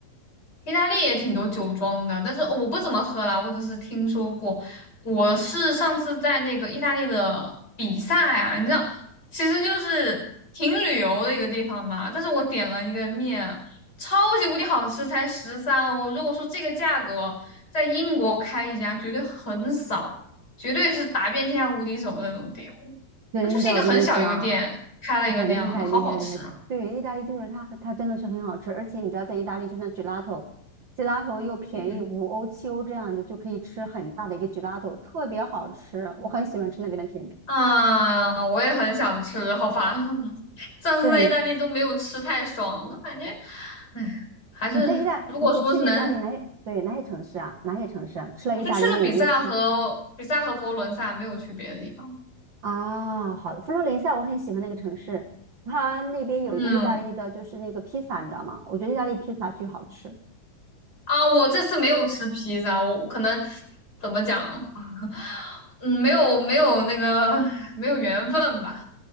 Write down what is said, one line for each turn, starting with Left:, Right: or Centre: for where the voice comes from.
Left: 意大利也挺多酒庄的，但是我不怎么喝啦，我只是听说过。我是上次在那个意大利的比萨呀，你知道，其实就是挺旅游的一个地方嘛。但是我点了一个面，超级无敌好吃，才十三欧。如果说这个价格在英国开一家，绝对很少，绝对是打遍天下无敌手的那种店。
Right: 真的，
Left: 那就是一个很小一个店，
Right: 我跟你讲。
Left: 开了一个那样的，
Right: 很厉害，
Left: 好好吃啊！
Right: 厉害，厉害！对，意大利就是它很，它真的是很好吃，而且你知道，在意大利就是那 gelato，gelato 又便宜，
Left: 嗯。
Right: 五欧七欧这样子就可以吃很大的一个 gelato，特别好吃，我很喜欢吃那边的甜品。
Left: 啊，我也很想吃，好烦啊！上次在意大利都没有吃太爽，
Right: 对，
Left: 我感觉，唉，还是如果说是能，
Right: 你在意大，你自己去了意大利哪些？对，哪些城市啊？哪些城市啊？吃了意大利面有没有吃
Left: 我就去了比萨和比萨和佛罗伦萨，没有去别的地方。
Right: 啊？好的，佛罗伦萨我很喜欢那个城市，它那边有一个意大利的，
Left: 嗯，
Right: 就是那个披萨，你知道吗？我觉得意大利披萨巨好吃。
Left: 啊，我这次没有吃披萨，我可能怎么讲，<laughs> 嗯，没有没有那个没有缘分吧，